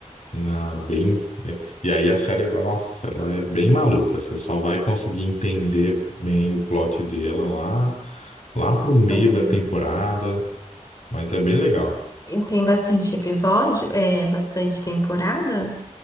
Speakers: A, on the left; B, on the left.
A: Na, bem, é, e aí a série vai, nossa, ela é bem maluca. Você só vai conseguir entender bem o plot dela lá, lá pro meio
B: Pra pegar.
A: da temporada, mas é bem legal.
B: E tem bastante episódio, é bastante temporada?